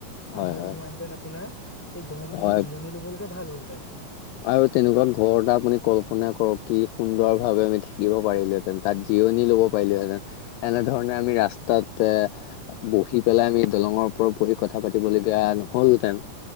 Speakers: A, on the left (about 80°); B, in the centre.
A: হয়
B: আমাৰো
A: হয়
B: হোৱাহেঁতেন আপোনাৰ এই গৰম
A: হয়
B: দিনত জিৰণি ল'বলৈকে ভাল হলহেতেন।
A: আৰু তেনেকুৱা ঘৰ এটা আপুনি কল্পনা কৰক কি সুন্দৰ ভাৱে আমি থাকিব পাৰিলে। তাত জিৰণি ল'ব পাৰিলোহেঁতেন। এনেধৰণে আমি ৰাস্তাত এ, বহি পেলাই আমি দলঙৰ ওপৰত বহি কথা পাতিবলগীয়া নহ'ল হেতেন